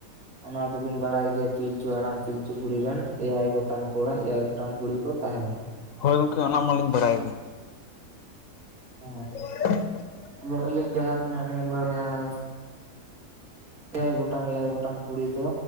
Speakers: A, on the right; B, on the left.
A: ᱚᱱᱟ ᱫᱚᱵᱤᱱ ᱵᱟᱲᱟᱭ ᱜᱮᱭᱟ ᱯᱤᱞᱪᱩ ᱚᱱᱟ ᱫᱚᱵᱮᱱ ᱵᱟᱰᱟᱭ ᱜᱮᱭᱟ ᱯᱤᱞᱪᱷᱩ ᱦᱟᱲᱟᱢ ᱯᱤᱞᱪᱩ ᱵᱩᱲᱦᱤ ᱨᱮᱱ ᱮᱭᱟᱭ ᱜᱚᱴᱟᱝ ᱠᱚᱲᱟ ᱮᱭᱟᱭ ᱜᱚᱴᱟᱝ ᱠᱩᱲᱤ ᱠᱚ ᱛᱟᱦᱮᱸ ᱞᱮᱱᱟ
B: ᱦᱳᱭ ᱜᱚᱝᱠᱮ ᱚᱱᱟ ᱢᱟᱞᱤᱧ ᱵᱟᱲᱟᱭᱮᱫ
A: ᱦ
B: ᱦ <inaudible>
A: ᱟᱫᱚ ᱟᱞᱤᱧ ᱡᱟᱦᱟᱸ ᱛᱤᱱᱟᱜ ᱵᱟᱲᱟᱭᱟ ᱥᱮ ᱮᱭᱟᱭ ᱜᱚᱴᱟᱝ ᱮᱭᱟᱭ ᱜᱚᱴᱟᱝ ᱠᱩᱲᱤ ᱫᱚ